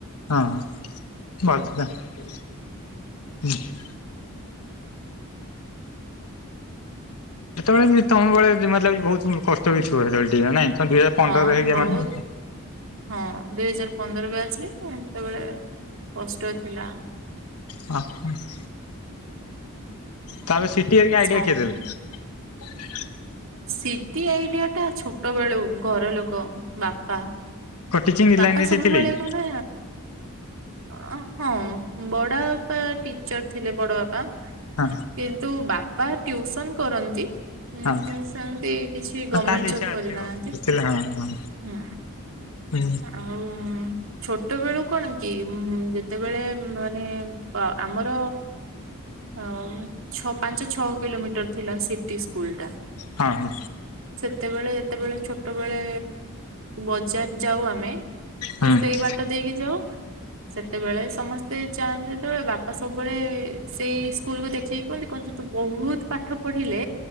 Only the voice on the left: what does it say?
ହଁ ହ ଭଲଥିଲା । ହୁଁ ଆ <unintelligible> ସେତେବେଳେ ବି ତମ ବେଳେ ବି ମତେ ଲାଗୁଛି ବହୁତ କଷ୍ଟ ବି ଥିବ। ସେତେବେଳେ ଟିକେ ନାଇଁ? ତମେ ଦୁଇ ହଜାର ପନ୍ଦରରେ
ହେଇଚ
ମାନେ
ହଁ ହ । ତାହଲେ ସିଟି ଘରିକା
ଆଇଡିଆ କିଏ ଦେଲେ?
କୋଉ ଟିଚିଂ
ଲାଇନ ରେ
ସେ ଥିଲେ କି?
ହଁ
ହଁ
ହଁ
ତାହେଲେ ଇଚ୍ଛା
ଅଛି
ଆଉ ବୁଝିଲେ ହଁ ହଁ।
ହୁଁ
ହଁ ହଁ
ହଁ